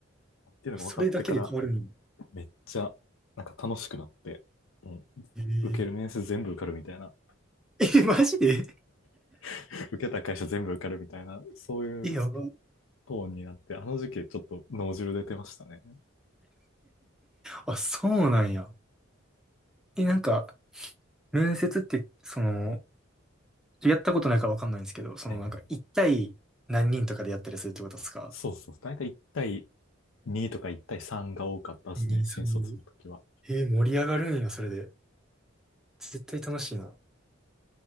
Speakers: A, on the left; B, in the centre.
A: っていうのが分かってから、
B: えそれだけで変わるの。
A: めっちゃ、なんか楽しくなって、もう、
B: え
A: 受ける面接全部受かるみたいな、
B: え、えマジで
A: <laughs> 受けた会社全部受かるみたいな、そういう
B: え、やばい。
A: トーンになって、あの時期ちょっと脳汁出てましたね。
B: あ、そうなんや。え、なんか、面接って、その、やったことないからわかんないんですけど、そのなんか、
A: はいはい
B: 一対何人とかでやったりするってことですか
A: そうそう、大体1対2とか1対3が多かったですね、
B: え、2、
A: 新卒の時は。
B: 3、ごえー、盛り上がるんや、それで。絶対楽しいな。